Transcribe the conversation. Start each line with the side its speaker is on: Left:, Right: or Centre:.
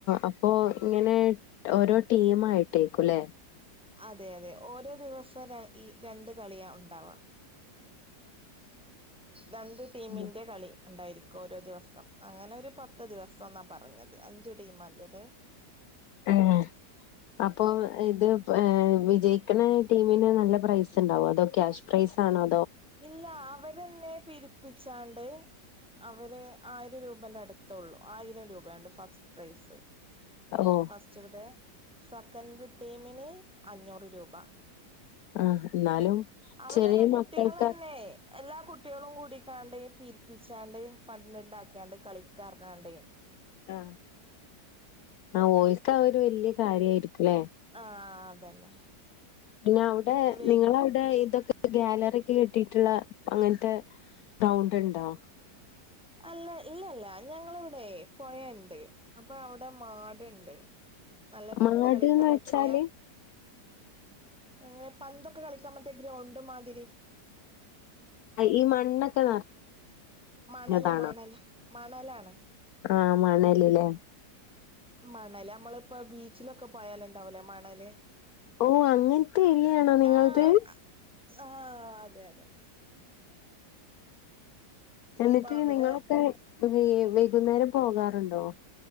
Left: അപ്പോ ഇങ്ങനെ ഓരോ ടീം ആയിട്ടേക്കുംല്ലേ
Centre: അതെ അതെ ഓരോ ദിവസം ഈ രണ്ട് കളിയ ഉണ്ടാവാം രണ്ട് ടീമിൻ്റെ
Left: ഉം
Centre: കളി ഉണ്ടായിരിക്കും ഓരോ ദിവസം അങ്ങനെ ഒരു പത്ത് ദിവസം എന്നാ പറഞ്ഞത് അഞ്ച് ടീംമാറ്റത്
Left: ഉം അപ്പോ ഇത് ഏ വിജയിക്കണ ടീമിന് നല്ല പ്രൈസ് ഉണ്ടാവോ അതോ ക്യാഷ് പ്രൈസാണോ
Centre: ഇല്ല അവരെന്നെ പിരിപ്പിച്ചാണ്ട് അവരെ ആയിരം രൂപന്റെ അടുത്തേ ഉള്ളു ആയിരം രൂപയുണ്ട് ഫസ്റ്റ് പ്രൈസ്
Left: ഓ
Centre: ഫസ്റ്റ് ഡ സെക്കൻഡ് ടീമിന് അഞ്ഞൂറ് രൂപ
Left: ആഹ് എന്നാലും
Centre: അവരന്നെ
Left: ചെറിയ
Centre: കുട്ടികളന്നെ
Left: മക്കൾക്ക്
Centre: എല്ലാ കുട്ടികളും കൂടിക്കാണ്ട പീരിപ്പിച്ചാണ്ട് ഫണ്ട് ഉണ്ടാക്കാണ്ട് കളിക്കറഞ്ഞാണ്ടെ
Left: ആ ആ ഓൽക്ക് അത് ഒരു വല്യ കാര്യായിരിക്കുംല്ലേ
Centre: ആഹ അതന്നെ
Left: പിന്നെ അവിടെ
Centre: വെയ്
Left: നിങ്ങളവിടെ ഇതൊക്കെ ഗാലറി കെട്ടിയിട്ടുള്ള അങ്ങനത്തെ ഗ്രൗണ്ട് ഉണ്ടോ
Centre: അല്ല ഇല്ലല്ല ഞങ്ങള ഇവിടെ പൊയണ്ട് അപ്പൊ അവിടെ മാടുണ്ട് നല്ല പന്ത്
Left: മാട്ന്ന്
Centre: കളിക്കാൻ
Left: വെച്ചാല്
Centre: പറ്റിയ എങ്ങനെ പന്തൊക്കെ കളിക്കാൻ പറ്റിയ ഗ്രൗണ്ട് മാതി
Left: ഈ മണ്ണൊക്കെ നറ
Centre: മണല്
Left: താണോ
Centre: മണല് മണലാണ്
Left: ആ മണലില്ലേ
Centre: മണല് നമ്മളിപ്പോ ബീച്ചിലൊക്കെ പോയാലണ്ടാവല്ലേ മണല്
Left: ഓ അങ്ങനത്തെ ഏരിയാണോ നിങ്ങളത്
Centre: ആഹ ആഹ അതെ അതെ
Left: എന്നിട്ട്
Centre: അപ്പൊ അവിടെ
Left: നിങ്ങളൊക്കെ വ വൈകുന്നേരം പോകാറുണ്ടോ